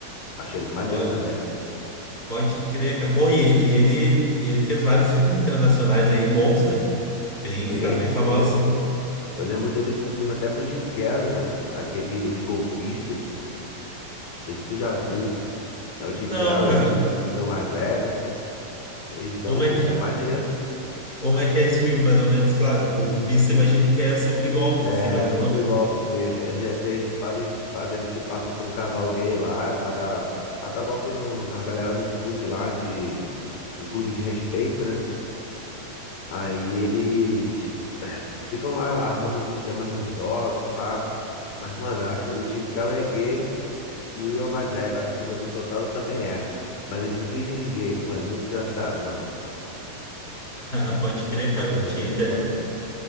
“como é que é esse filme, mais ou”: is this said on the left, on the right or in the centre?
Left